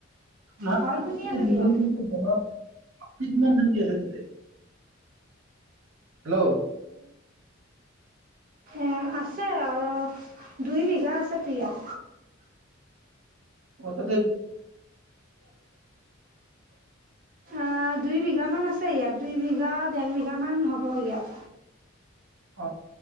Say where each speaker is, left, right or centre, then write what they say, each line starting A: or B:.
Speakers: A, on the right; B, on the right.
A: <unintelligible>
B: হয় শুনি আছোঁ দিয়ক
A: হেল্ল'।
B: অ' আছে আ, দুই বিঘা আছে টো ইয়াত।
A: হঠাতে
B: আ দুই বিঘামান আছে ইয়াত, দুই বিঘা ডেৰ বিঘামান হ'ব ইয়াত।
A: অ'